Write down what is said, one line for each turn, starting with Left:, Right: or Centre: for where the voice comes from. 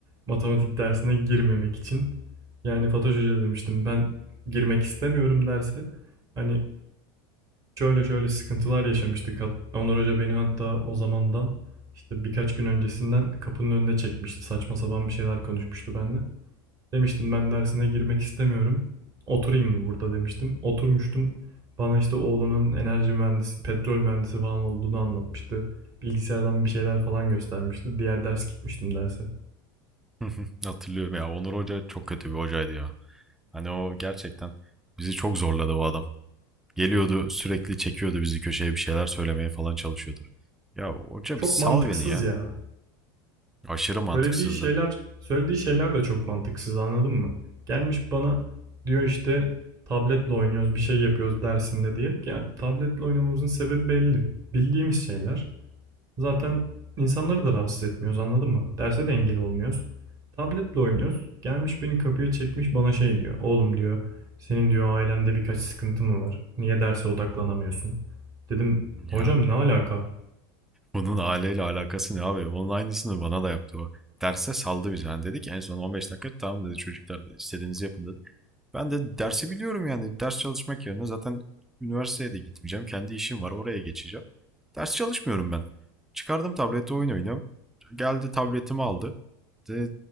Right: matematik dersine girmemek için. Yani Fatoş Hoca demiştim ben girmek istemiyorum derse. Hani Şöyle şöyle sıkıntılar yaşamıştık. Hat- Onur Hoca beni hatta o zamandan işte birkaç gün öncesinden kapının önüne çekmişti. Saçma sapan bir şeyler konuşmuştu benimle. Demiştim ben dersine girmek istemiyorum. Oturayım mı burada demiştim. Oturmuştum. Bana işte oğlunun enerji mühendisi, petrol mühendisi falan olduğunu anlatmıştı. Bilgisayardan bir şeyler falan göstermişti. Diğer ders gitmiştim derse.
Centre: <laughs> Hatırlıyorum ya Onur Hoca çok kötü bir hocaydı ya. Hani o gerçekten bizi çok zorladı o adam. Geliyordu sürekli çekiyordu bizi köşeye bir şeyler söylemeye falan çalışıyordu. Ya hoca
Right: Çok
Centre: bir sal
Right: mantıksız
Centre: beni ya.
Right: ya.
Centre: Aşırı mantıksızdı.
Right: Söylediği şeyler, söylediği şeyler de çok mantıksız anladın mı? Gelmiş bana diyor işte tabletle oynuyoruz, bir şey yapıyoruz dersinde diye. Ya tabletle oynamamızın sebebi belli. Bildiğimiz şeyler. Zaten insanları da rahatsız etmiyoruz anladın mı? Derse de engel olmuyoruz. Tabletle oynuyoruz. Gelmiş beni kapıya çekmiş bana şey diyor. Oğlum diyor, senin diyor ailende birkaç sıkıntı mı var? Niye derse odaklanamıyorsun? Dedim
Centre: Ya
Right: hocam ne alaka?
Centre: bunun aileyle alakası ne abi? Onun aynısını bana da yaptı o. Derse saldı bizi. Yani dedi en son 15 dakika tamam dedi çocuklar istediğinizi yapın dedi. Ben de dersi biliyorum yani. Ders çalışmak yerine zaten üniversiteye de gitmeyeceğim. Kendi işim var, oraya geçeceğim. Ders çalışmıyorum ben. Çıkardım tableti oyun oynuyorum. Geldi tabletimi aldı. De,